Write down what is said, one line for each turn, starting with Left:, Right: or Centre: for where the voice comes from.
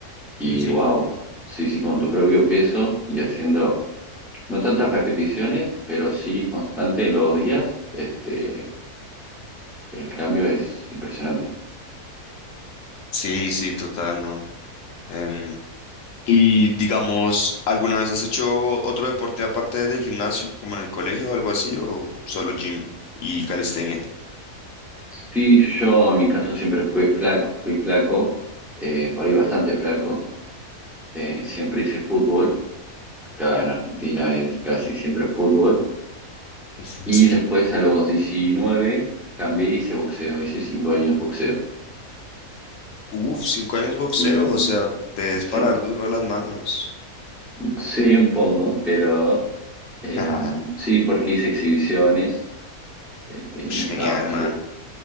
Centre: Y
Left: Ujú.
Centre: wow, sí, sí, con tu propio peso y haciendo no tantas repeticiones, pero sí constante los días, este, el cambio es impresionante.
Left: Sí, sí, total, no. Em, y digamos, ¿alguna vez has hecho otro deporte aparte del gimnasio, como en el colegio o algo así, o solo gym y calistenia? <laughs>
Centre: Sí, yo en mi caso siempre fui flaco, fui flaco, eh, por ahí bastante flaco, eh, siempre hice fútbol, acá en Argentina es casi siempre fútbol,
Left: Sí.
Centre: y después a los 19 cambié, y hice boxeo, hice 5 años boxeo,
Left: Uf, cinco años boxeo,
Centre: y
Left: o sea, te debes
Centre: sí,
Left: parar duro a las manos.
Centre: Sí, un poco, pero
Left: <laughs>
Centre: eh, sí, porque hice exhibiciones, este,
Left: Ush,
Centre: y me gustaba
Left: genial,
Centre: bastante
Left: man.